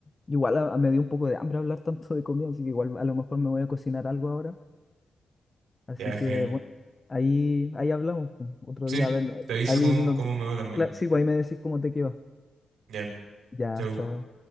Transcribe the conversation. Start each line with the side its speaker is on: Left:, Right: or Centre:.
Left: Igual a- me dio un poco de hambre hablar tanto de comida, así que igual a lo mejor me voy a cocinar algo ahora. Así
Right: Ya,
Left: que
Right: genial.
Left: bueno, ahí, ahí hablamos. pues. Otro
Right: Sí,
Left: día, a ver,
Right: te aviso
Left: ahí
Right: cómo,
Left: no...
Right: cómo me va también.
Left: cla- Sí, pues ahí me decís cómo te quedó.
Right: Ya,
Left: Ya,
Right: chao.
Left: chao.